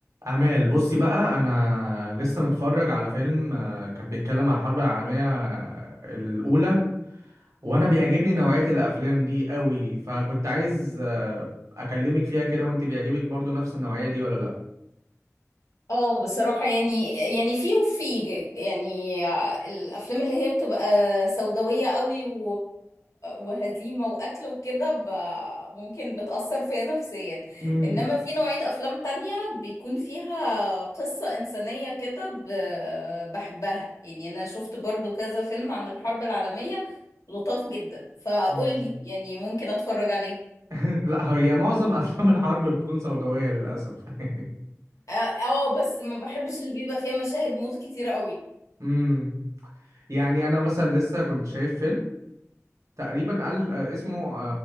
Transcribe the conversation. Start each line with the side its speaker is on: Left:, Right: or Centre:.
Right: أعمال بصي بقى أنا لسه متفرج على فيلم آه، كان بيتكلم على الحرب العالمية آه، الأولى وأنا بيعجبني نوعية الأفلام دي قوي فكنت عايز آه، أكلمك فيها كده وأنت بيعجبك برضو نفس النوعية دي ولا لأ؟
Left: اه بصراحة يعني يعني في وفي ج- يعني الأفلام اللي هي بتبقى سوداوية قوي و... وهزيمة وقتل وكده ب... ممكن بتأثر فيا نفسيا
Right: مم.
Left: إنما في نوعية أفلام تانية بيكون فيها قصة إنسانية كده ب... بحبها يعني أنا شفت برضو كذا فيلم عن الحرب العالمية لطاف جدا فقولي
Right: مم.
Left: يعني ممكن أتفرج عليه
Right: <laughs> لأ هي معظم <laughs> أفلام الحرب بتكون سوداوية للأسف <laughs> يعني
Left: اه آه، بس ما بحبش اللي بيبقى فيها مشاهد موت كتير قوي
Right: مم. يعني أنا مثلا لسه كنت شايف فيلم تقريبا ألف آه، اسمه